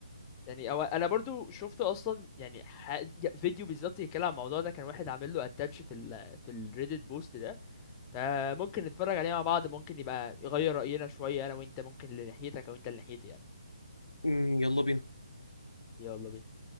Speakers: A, on the left; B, on the left.
A: يعني أو انا برضو شفت اصلا يعني ح... فيديو بالظبط يتكلم عن الموضوع ده كان واحد عامل له اتاتش في ال في الريديت بوست ده فممكن نتفرج عليه مع بعض ممكن يبقى يغير راينا شويه انا وانت ممكن لناحيتك او انت لناحيتي يعني
B: امم، يلا بينا
A: يلا بينا